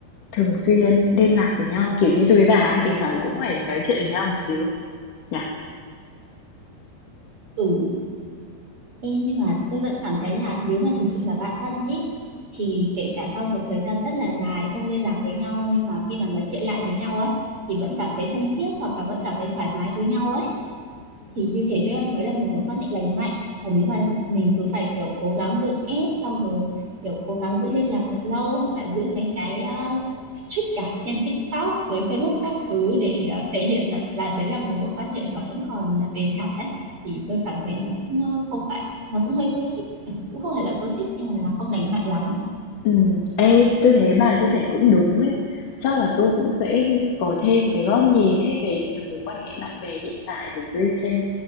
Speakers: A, on the left (about 55°); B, on the right (about 35°).
A: thường xuyên liên lạc với nhau, kiểu như, tôi với bà ấy thỉnh thoảng cũng phải nói chuyện với nhau một xíu, nhỉ?
B: ừ Ê, nhưng mà tôi vẫn cảm thấy là nếu mà thực sự là bạn thân ý thì kể cả sau một thời gian rất là dài không liên lạc với nhau nhưng mà khi mà nói chuyện lại với nhau ấy thì vẫn cảm thấy thân thiết hoặc là vẫn cảm thấy thoải mái với nhau ấy thì như thế đấy mới là một mối quan hệ lành mạnh còn nếu mà mình cứ phải kiểu cố gắng gượng ép sau rồi kiểu cố gắng giữ liên lạc thật lâu hoặc là giữ mấy cái uh, streak cả trên TikTok rồi Facebook các thứ để à, thể hiện là là đấy là một mối quan hệ mà vẫn còn là bền chặt đấy thì tôi cảm thấy nó cũng ờ, không phải nó cũng hơi toxic ờ, cũng không phải là toxic nhưng mà là không lành mạnh lắm ấy.
A: Ừ. Ê, tôi thấy bà chia sẻ cũng đúng ấy. Chắc là tôi cũng sẽ có thêm cái góc nhìn ấy về những cái mối quan hệ bạn bè hiện tại để tôi xem